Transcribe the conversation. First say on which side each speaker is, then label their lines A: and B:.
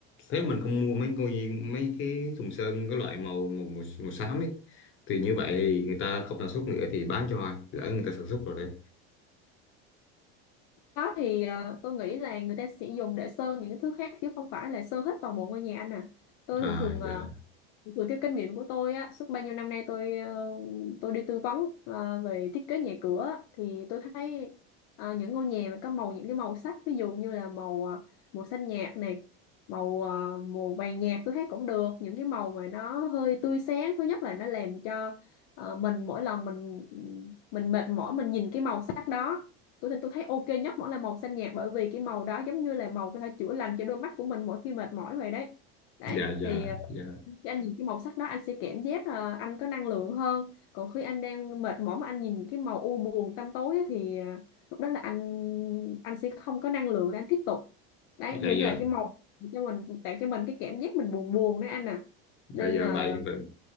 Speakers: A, on the left; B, on the left.
A: Thế mình không mua mấy coi mấy cái thùng sơn cái loại màu màu, màu, màu xám ấy Thì như vậy thì người ta không sản xuất nữa thì bán cho ai Lỡ người ta sản xuất rồi đấy
B: đó thì ờ, tôi nghĩ là người ta sẽ dùng để sơn những cái thứ khác chứ không phải là sơn hết toàn bộ ngôi nhà anh à tôi
A: À
B: thường thường ờ,
A: dạ
B: Dựa theo kinh nghiệm của tôi á, suốt bao nhiêu năm nay tôi ờ, tôi đi tư vấn ờ, về thiết kế nhà cửa á, thì tôi thấy ờ, những ngôi nhà mà có màu những cái màu sắc ví dụ như là màu ờ, màu xanh nhạt này, màu ờ, màu vàng nhạt tôi thấy cũng được, những cái màu mà nó hơi tươi sáng thứ nhất là nó làm cho ờ, mình mỗi lần mình mình mệt mỏi mình nhìn cái màu sắc đó tôi tôi thấy ok nhất vẫn là màu xanh nhạt bởi vì cái màu đó giống như là màu có thể chữa lành cho đôi mắt của mình mỗi khi mệt mỏi vậy đấy đấy
A: dạ dạ
B: thì ờ,
A: dạ
B: khi anh nhìn cái màu sắc đó anh sẽ cảm giác là anh có năng lượng hơn còn khi anh đang mệt mỏi mà anh nhìn những cái màu u buồn tăm tối á, thì à, lúc đó là anh anh sẽ không có năng lượng để anh tiếp tục đấy
A: dạ
B: vì
A: dạ
B: là cái màu cho mình tạo cho mình cái cảm giác mình buồn buồn đấy anh à
A: dạ
B: nên
A: dạ
B: là
A: vậy vậy